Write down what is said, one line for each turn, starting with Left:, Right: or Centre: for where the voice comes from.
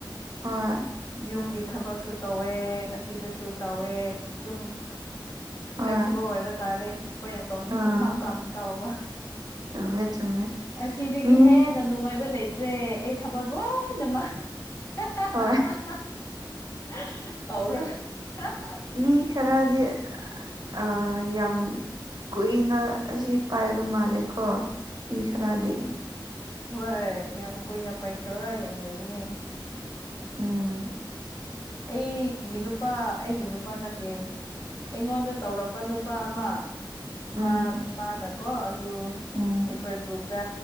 Right: ꯍꯣꯏ
Left: ꯌꯨꯝꯒꯤ ꯊꯕꯛꯁꯨ ꯇꯧꯋꯦ ꯑꯁꯤꯗꯁꯨ ꯇꯧꯋꯦ ꯑꯗꯨꯝ
Right: ꯍꯣꯏ
Left: ꯐ꯭ꯂꯦꯛꯁꯤꯕꯜ ꯑꯣꯏꯕ ꯇꯥꯔꯦ ꯑꯩꯈꯣꯏꯅ ꯇꯧꯅꯤꯡꯕ
Right: ꯑꯥ
Left: ꯃꯇꯝꯗ ꯇꯧꯕ
Right: ꯆꯨꯝꯃꯦ ꯆꯨꯝꯃꯦ
Left: ꯑꯁꯤꯗꯒꯤ
Right: ꯃꯤ
Left: ꯍꯦꯟꯅ ꯅꯨꯡꯉꯥꯏꯕ ꯂꯩꯇ꯭ꯔꯦ ꯑꯩ ꯊꯕꯛ ꯂꯣꯏꯅꯃꯛ <unintelligible>
Right: ꯍꯣꯏ
Left: ꯇꯧꯔꯒ <unintelligible>
Right: ꯃꯤ ꯈꯔꯗꯤ ꯑ ꯌꯥꯝ ꯀꯨꯏꯅ ꯑꯁꯤ ꯄꯥꯏꯕ ꯃꯥꯜꯂꯦꯀꯣ ꯃꯤ ꯈꯔꯗꯤ
Left: ꯍꯣꯏ ꯌꯥꯝ ꯀꯨꯏꯅ ꯄꯥꯏꯈ꯭ꯔꯕ ꯌꯥꯝ ꯂꯩꯕꯅꯦ
Right: ꯎꯝ
Left: ꯑꯩꯒꯤ ꯅꯨꯄꯥ ꯑꯩꯒꯤ ꯅꯨꯄꯥ ꯅꯠꯇꯦ ꯑꯩꯉꯣꯟꯗ ꯇꯧꯔꯛꯄ ꯅꯨꯄꯥ ꯑꯃ
Right: ꯎꯝ
Left: ꯃꯥ ꯃꯥꯅꯀꯣ ꯑꯗꯨ
Right: ꯎꯝ
Left: ꯑꯩꯈꯣꯏ ꯒ꯭ꯔꯨꯞ ꯇ